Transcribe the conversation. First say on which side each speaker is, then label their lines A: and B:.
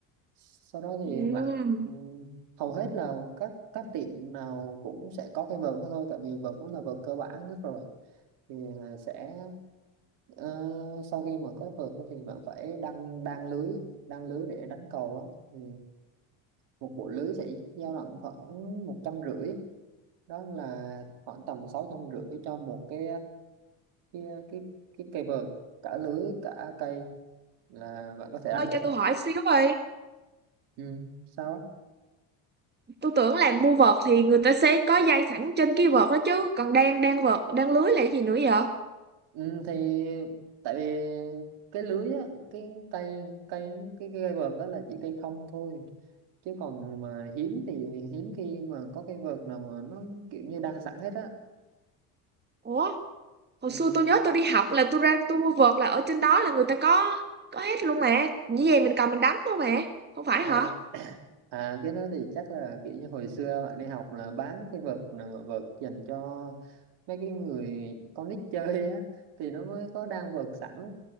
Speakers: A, on the right; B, on the right.
A: sau đó thì
B: ừ.
A: bạn ừm, hầu hết là các các tiệm nào cũng sẽ có cái vợt đó thôi tại vì vợt nó là vợt cơ bản nhất rồi thì à, sẽ ờ, sau khi mà có vợt á thì bạn phải đăng đan lưới đan lưới để đánh cầu á thì một bộ lưới sẽ dao động khoảng một trăm rưỡi đó là khoảng tầm sáu trăm rưỡi cho một cái cái cái cái cây vợt cả lưới cả cây là bạn có thể đánh
B: Ôi
A: được
B: cho tôi
A: rồi.
B: hỏi xíu đi
A: ừ. sao á?
B: Tôi tưởng làm mua vợt thì người ta sẽ có dây sẵn trên cái vợt đó chứ Còn đang đang vợt đang lưới là cái gì nữa vậy
A: Ừ, thì tại vì cái lưới á, cái cây cây cái, cái cây vợt đó là chỉ cây không thôi chứ còn mà hiếm thì hiếm khi mà có cây vợt nào mà nó kiểu như đang sẵn hết á
B: Ủa hồi
A: ừ.
B: xưa tôi nhớ tôi đi học là tôi ra tôi mua vợt là ở trên đó là người ta có có hết luôn mà Như vậy mình cầm mình đánh thôi mà Không phải
A: à,
B: hả
A: à cái đó thì chắc là kiểu như hồi xưa bạn đi học là bán cái vợt nào mà vợt dành cho mấy cái người con nít chơi á thì nó mới có đang vợt sẵn